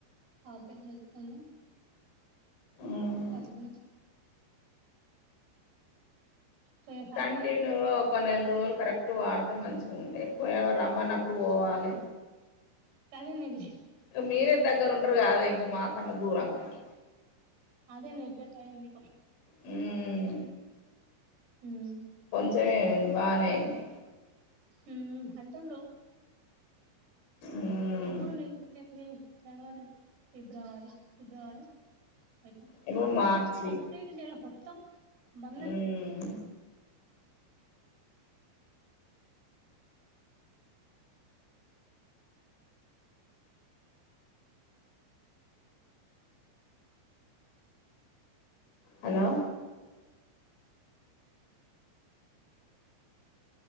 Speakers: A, on the right (about 85°); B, on the left (about 75°).
A: టాబ్లెట్ వేసుకున్నా
B: మ్మ్
A: పడుకున్న పోయేసరికి
B: కంటిన్యూ గా ఒక నెల రోజలు కరెక్ట్ టుగ వాడితే మంచిగా ఉంటయి పోయవరు రమ్మన్నప్పుడు పోవాలి
A: అదే నెగ్లె
B: మీరే
A: నెగ్లె
B: దగ్గర ఉంటారు కాదే ఇంకా కా మాకన్నా దూరంగానీ
A: అదే నెట్టినట్టయింది
B: మ్మ్
A: ఉమ్
B: చే బానే అయింది
A: ఉమ్ అంటం లో
B: మ్మ్
A: ఎప్పుడు నంది జనవరి ఫిబ్రవరి ఫిబ్రవరి అ
B: ఇప్పుడు
A: పాచి
B: మార్చి
A: పంప్లీట్ చేయాలా తప్ మందులు
B: మ్మ్ హలో